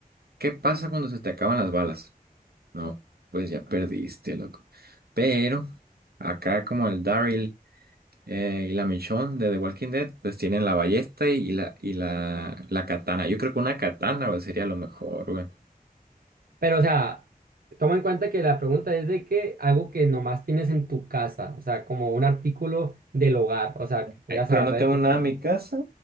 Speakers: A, on the right; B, on the right.
A: ¿qué pasa cuando se te acaban las balas? No, pues ya perdiste, loco. Pero acá como el Daryl eh, y la Michonne de The Walking Dead, pues tienen la ballesta y la, y la, la katana. Yo creo que una katana, güey, sería lo mejor, güey.
B: Pero, o sea, toma en cuenta que la pregunta es de que algo que nomás tienes en tu casa, o sea, como un artículo del hogar, o sea, que puedas
A: Ay, pero
B: agarrar
A: no tengo
B: de
A: nada
B: tu casa.
A: en mi casa.